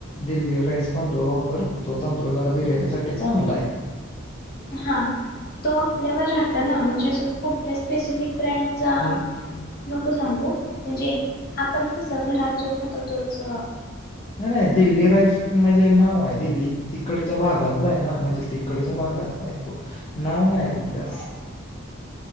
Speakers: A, on the left; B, on the left.
A: दिल्ली राईस तांदूळ वापर तो तांदूळ जरा बिर्याणी साठी चांगलाय
B: हा तो आपल्यावर राहतो ना म्हणजे अस कुठलेच तेच मी ब्रँडचा
A: हम्म,
B: नको सांगू म्हणजे आपण कसं घरात जो खातो तोच
A: नाही नाही दिल्ली राईस म्हणजे नाव हाय दिल्ली तिकडच्या भागातला आहे ना तू म्हणजे तिकडच्या भागातला तो नाव नाही कुठलं